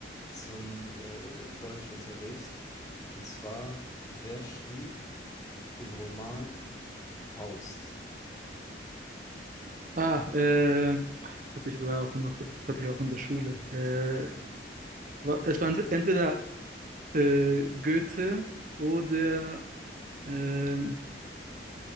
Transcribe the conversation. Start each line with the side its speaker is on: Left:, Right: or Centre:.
Left: zum äh, Deutschunterricht. Und zwar, wer schrieb den Roman Faust?
Right: Ah, äh, das hatte ich sogar auch noch, das hatte ich auch in der Schule. Äh, wa- es war ent- entweder äh, Goethe oder, ähm,